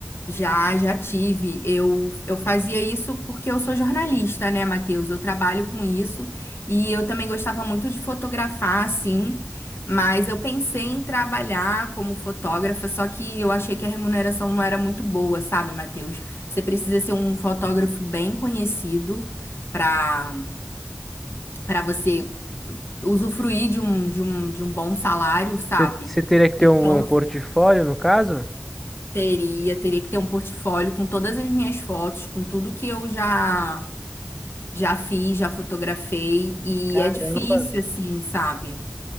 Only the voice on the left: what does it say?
Já, já tive. Eu, eu fazia isso porque eu sou jornalista, né, Matheus? Eu trabalho com isso e eu também gostava muito de fotografar, assim, mas eu pensei em trabalhar como fotógrafa, só que eu achei que a remuneração não era muito boa, sabe, Matheus? Você precisa ser um fotógrafo bem conhecido para para você usufruir de um, de um, de um bom salário, sabe?
Então,
Teria, teria que ter um portfólio com todas as minhas fotos, com tudo que eu já já fiz, já fotografei, e
é difícil assim, sabe?